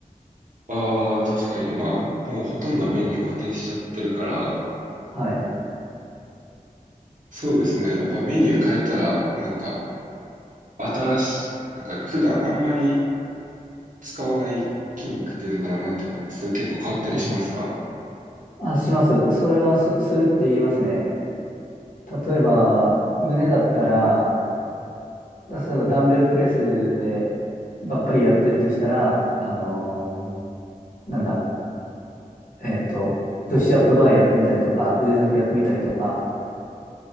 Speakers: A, on the right; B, on the left.
A: ああ、確かにまあもうほとんどメニュー固定しちゃってるから、
B: う。はい。
A: そうですね。やっぱメニュー変えたらなんか新しい、なんか普段あんまり使わない筋肉っていうのかな、なんていうのそれ結構変わったりしますか
B: はい。あ、します。それはそするって言いますね。例えば、胸だったら、例えばダンベルプレスでばっかりやってるとしたら、あのーなんだ、えっと、プッシュアップバーやってみたりとか、腕立てやってみたりとか、